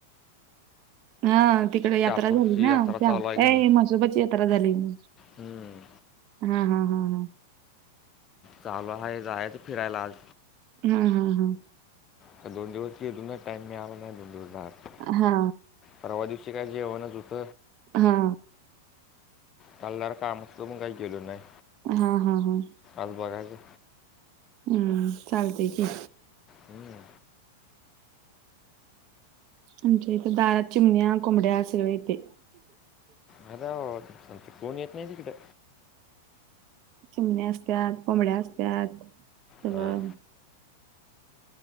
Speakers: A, on the right; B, on the left.
A: हा तिकडे यात्रा
B: शहापूरची
A: झाली ना
B: यात्रा
A: त्या
B: चालू आहे की
A: ए
B: नाही
A: मासोरबाची झाली म.
B: हम्म.
A: हा हा हा हा.
B: चालू आहे जायचा फिरायला आज.
A: हा हा हा.
B: आता दोन दिवस गेलो नहीं टाइम मिळाला नाही दोन दिवस बाहेर
A: हा.
B: परवा दिवशी काय जेवणच हुत.
A: हा.
B: काल जरा कामात होतो म्हणून काय गेलो नहीं.
A: हा हा हा.
B: आज बघायच.
A: हम्म चालतय की.
B: हम्म.
A: आमच्या इथं दारात चिमण्या कोंबड्या सगळं येतय.
B: बरं हाय बाबा, आमचं कोण येत नाही तिकडं.
A: चिमण्या असत्यात कोबड्या असत्याात सगळं.
B: हं.